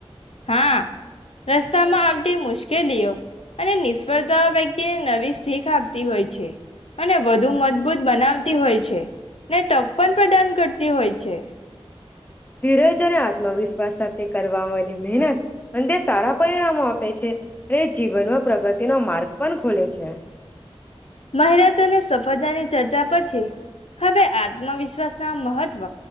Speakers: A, on the left; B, on the left.
A: હા રસ્તામાં આવતી મુશ્કેલીઓ અને નિષ્ફળતા ઓ નવી શીખ આપતી હોય છે. અને વધુ મજબૂત બનાવતી હોય છે. ને તક પણ પ્રદાન કરતી હોય છે
B: ધીરજને આત્મવિશ્વાસ થ તે કરવાવામાંલી મહેનત અનેંદ સારા પરિણામો આપે છે. રે જીવનમાં પ્ર તેનો માર્ગ પણ ખોલે છે
A: મહેનત અને સફળતાની ચર્ચા પછી, હવે આત્મવિશ્વાસના મહત્વ